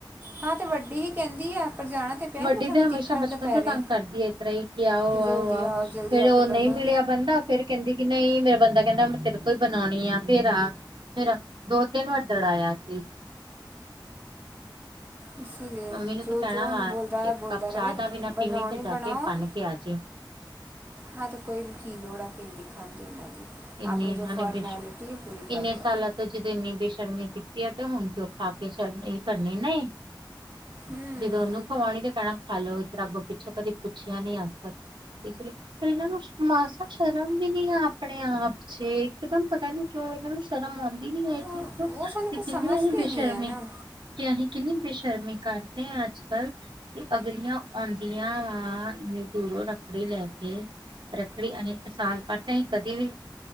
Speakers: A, on the right; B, on the right.
A: ਹਾਂ ਤੇ ਵੱਡੀ ਹੀ ਕਹਿੰਦੀ ਆ ਪਰ ਜਾਣਾ ਤੇ ਪਿਆ
B: ਵੱਡੀ
A: ਸੀ ਨਾ ਸਾਨੂੰ
B: ਤੇ ਹਮੇਸ਼ਾ
A: ਤਿੱਖੜ
B: ਬਚਪਨ
A: ਦੁਪਹਿਰੇ
B: ਤੋਂ ਤੰਗ ਕਰਦੀ ਹੈ ਏਤਰਾ ਹੀ ਕਿ ਆਓ
A: ਜਲਦੀ
B: ਆਹੋ ਆਹ
A: ਆਓ ਜਲਦੀ
B: ਫੇਰ
A: ਆ
B: ਉਹ
A: ਕੇ
B: ਨਹੀਂ
A: ਬੰਨੋ
B: ਮਿਲਿਆ ਬੰਦਾ ਫੇਰ ਕਹਿੰਦੀ ਕਿ ਨਹੀਂ ਮੇਰਾ ਬੰਦਾ ਕਹਿੰਦਾ, ਮੈਂ ਤੇਰੇ ਕੋਲ ਬਣਾਉਣੀ ਆ ਫੇਰ ਆ ਫੇਰ ਦੋ ਤਿੰਨ ਵਾਰ ਦੜਾਇਆ ਸੀ
A: ਇਸ ਲਈ
B: ਮੰਮੀ ਨੂੰ ਤੇ
A: ਜੋ
B: ਕਹਿਣਾ
A: ਜੋ ਹੁਣ
B: ਵਾ
A: ਬੋਲਦਾ
B: ਇੱਕ
A: ਬੋਲਦਾ
B: ਕੱਪ ਚਾਹ
A: ਰਵੈ,
B: ਦਾ ਵੀ ਨਾ
A: ਬਣਾਓ
B: ਪੀਵੀ ਤੇ
A: ਨੀ
B: ਜਾ
A: ਬਣਾਓ
B: ਕੇ ਬਣ ਕੇ ਆ ਜੀ।
A: ਹਾਂ ਤੇ ਕੋਈ ਕੀ ਲੋੜ ਆ ਪਿੰਦੀ ਖਾਂ ਦੀ ਉਹਨਾਂ ਦੀ।
B: ਇੰਨੀ
A: ਆਪਣੀ ਜੋ ਫੋਰਮੈਲਿਟੀ
B: ਬੇਸ਼
A: ਹੈ ਪੂਰੀ ਕਰ
B: ਇੰਨੇ
A: ਦੋ।
B: ਸਾਲਾਂ ਤੇ ਜਿਦ ਨੇ ਬੇਸ਼ਰਮੀ ਕੀਤੀ ਆ ਤੇ ਹੁਣ ਕਿ ਉਹ ਖਾ ਕੇ ਸ਼ਰਮ ਕਰਨੀ ਨਹੀਂ।
A: ਹੂੰ
B: ਜੀ ਦੀ ਓਹਨੂੰ ਖਵਾਉਣੀ ਤੇ ਕਹਿਣਾ ਖਾ ਲੋ ਇਧਰ ਪਿੱਛਾ ਕਦੀ ਪੁੱਛਿਆ ਨੀ ਅੱਜ ਤੱਕ। ਇਸ ਲਈ ਪਰ ਇਹਨਾਂ ਨੂੰ ਮਾਸਾ ਸ਼ਰਮ ਵੀ ਨੀ ਆ ਆਪਣਾ ਆਪਣੇ ਆਪ ਚ ਇਕਦਮ ਪਤਾ ਨੀ ਕਿਉਂ, ਇਹਨਾਂ ਨੂੰ ਸ਼ਰਮ ਆਉਂਦੀ ਨੀ ਇਹ
A: ਉਹ
B: ਚੀਜ਼ ਤੇ
A: ਉਹ ਸਾਨੂੰ ਕੁਝ
B: ਕਿੰਨ
A: ਸਮਝਦੇ
B: ਏਹੀ ਬੇਸ਼ਰ
A: ਨਹੀਂ ਆ ਨਾ
B: ਹੈ ਕਿ ਅਸੀਂ ਕਿੰਨੀ ਬੇਸ਼ਰਮੀ ਕਰਦੇ ਹਾਂ, ਅੱਜ ਕੱਲ ਅਗਲੀਆਂ ਆਉਂਦੀਆਂ ਵਾ ਇੰਨੇ ਦੂਰੋਂ ਰੱਖੜੀ ਲੈ ਕੇ ਰੱਖੜੀ ਅਸੀਂ ਸਾਲ ਪਤ ਅਸੀਂ ਕਦੀ ਵੀ